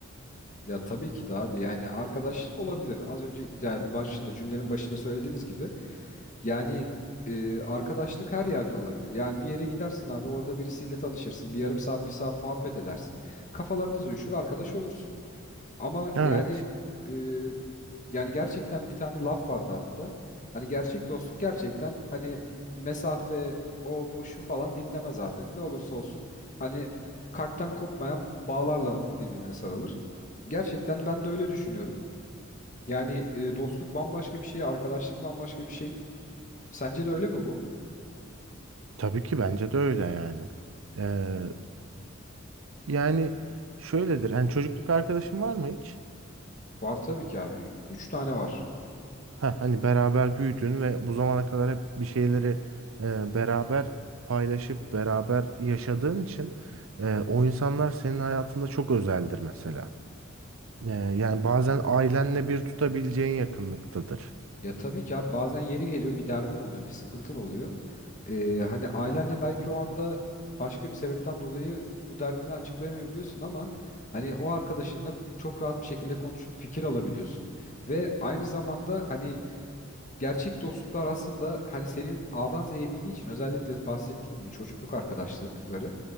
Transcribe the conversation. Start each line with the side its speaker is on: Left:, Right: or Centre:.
Left: Ya tabii ki de abi yani arkadaş olabilir. Az önce yani başında cümlenin başında söylediğimiz gibi Yani e, arkadaşlık her yerde olabilir. Yani bir yere gidersin abi orada birisiyle tanışırsın. Bir yarım saat bir saat muhabbet edersin. Kafalarınız uyuşur arkadaş olursun. Ama
Right: Evet,
Left: yani e, yani gerçekten bir tane laf vardı hatta. Hani gerçek dostluk gerçekten hani mesafe o bu şu falan dinlemez abi. Ne olursa olsun hani kalpten kopmayan bağlarla birbirine sarılır. Gerçekten ben de öyle düşünüyorum. Yani e, dostluk bambaşka bir şey, arkadaşlık bambaşka bir şey. Sence de öyle mi bu?
Right: tabii ki bence de öyle yani. Eee, yani şöyledir. Hani çocukluk arkadaşın var mı hiç?
Left: Var tabii ki abi. Üç tane var.
Right: Ha, hani beraber büyüdün ve bu zamana kadar hep bir şeyleri e, beraber paylaşıp beraber yaşadığın için e, o insanlar senin hayatında çok özeldir mesela. E, yani bazen ailenle bir tutabileceğin yakınlıktadır.
Left: Ya tabii ki abi bazen yeri geliyor bir derdin oluyor bir sıkıntın oluyor. Ee, hani ailenle belki o anda başka bir sebepten dolayı bu derdini açıklayamayabiliyorsun ama hani o arkadaşınla çok rahat bir şekilde konuşup fikir alabiliyorsun. Ve aynı zamanda hani gerçek dostluklar aslında hani senin A'dan Z'ye bildiği için özellikle bahsettiğin gibi çocukluk arkadaşlıkları